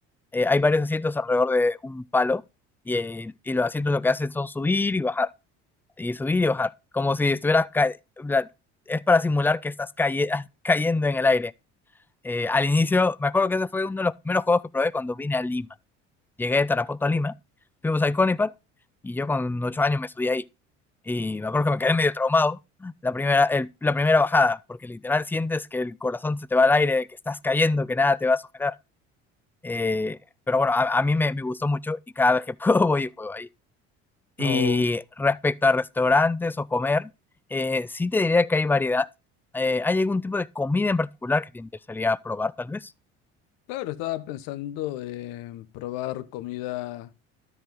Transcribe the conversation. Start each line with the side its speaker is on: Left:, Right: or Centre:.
Centre: eh, hay varios asientos alrededor de un palo y, eh, y los asientos lo que hacen son subir y bajar y subir y bajar, como si estuvieras, ca- la- es para simular que estás calle- <laughs> cayendo en el aire. Eh, al inicio, me acuerdo que ese fue uno de los primeros juegos que probé cuando vine a Lima. Llegué de Tarapoto a Lima, fuimos al Conipat y yo con ocho años me subí ahí. Y me acuerdo que me quedé medio traumado la primera, el- la primera bajada, porque literal sientes que el corazón se te va al aire, que estás cayendo, que nada te va a sujetar. Eh, pero bueno, a, a mí me, me gustó mucho y cada vez que <laughs> puedo voy y juego ahí. Y
Left: O
Centre: respecto a restaurantes o comer, eh, sí te diría que hay variedad. Eh, ¿hay algún tipo de comida en particular que te interesaría probar, tal vez?
Left: Claro, estaba pensando en probar comida